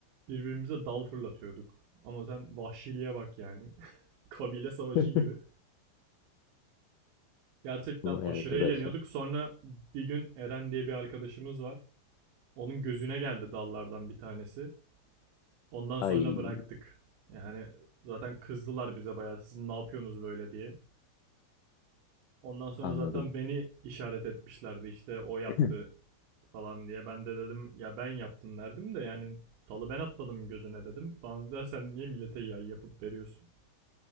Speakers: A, on the right; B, on the left.
A: Birbirimize dal fırlatıyorduk. Ama sen vahşiliğe bak yani. <laughs> Kabile savaşı
B: hı.
A: gibi.
B: <laughs>
A: Gerçekten
B: Vay
A: aşırı
B: arkadaş
A: eğleniyorduk.
B: ya.
A: Sonra bir gün Eren diye bir arkadaşımız var. Onun gözüne geldi dallardan bir tanesi. Ondan sonra
B: Ay
A: bıraktık. Yani zaten kızdılar bize bayağı sizin ne yapıyorsunuz böyle diye. Ondan sonra
B: anladım.
A: zaten beni işaret etmişlerdi işte o yaptı
B: <clears throat>
A: falan diye. Ben de dedim ya ben yaptım derdim de yani talı ben atmadım gözüne dedim. Bana dediler sen niye millete yay yapıp veriyorsun?